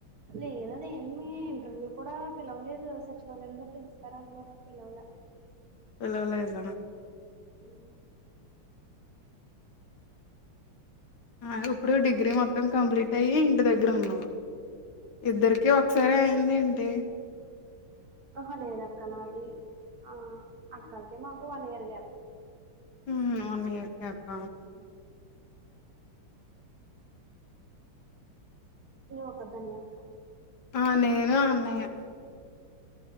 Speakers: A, on the right; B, on the left.
A: లేదు అది ఏమి ఇంటర్వ్యూ కూడా పిలవలేదు సచివాలయంలో పిలుస్తారా అన్నారు పిలవాలా
B: పిలవలేదా
A: ఉహూ
B: ఆ ఇప్పుడు డిగ్రీ మొత్తం కంప్లీట్ అయ్యి ఇంటి దగ్గర ఉన్నావ్ ఇద్దరికి ఒకసారి అయింది ఏంటి
A: ఆహా లేద అక్క నాది ఆ అక్కకి నాకు వన్ ఇయర్ గ్యాప్
B: ఉ వన్ ఇయర్ గ్యాపా?
A: ఉ నువ్వు ఒక్కదానివే అక్క
B: ఆ నేను అన్నయ్య